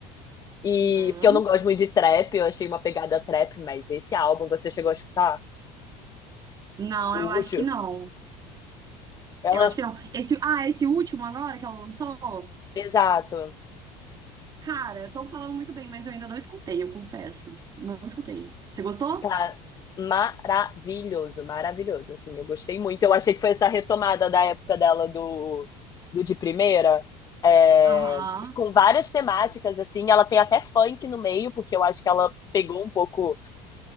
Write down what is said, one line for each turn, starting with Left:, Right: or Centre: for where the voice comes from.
Left: E
Right: Uhum.
Left: porque eu não gosto muito de trap, eu achei uma pegada trap, mas esse álbum você chegou a escutar?
Right: Não,
Left: O
Right: eu acho
Left: último?
Right: que não.
Left: Ela,
Right: Eu acho que não. Esse, ah, esse último agora que ela lançou?
Left: exato.
Right: Cara, estão falando muito bem, mas eu ainda não escutei, eu confesso. Não escutei. Você gostou?
Left: Cara, maravilhoso, maravilhoso. Assim, eu gostei muito. Eu achei que foi essa retomada da época dela do, do de primeira. é,
Right: Aham.
Left: e com várias temáticas, assim, ela tem até funk no meio, porque eu acho que ela pegou um pouco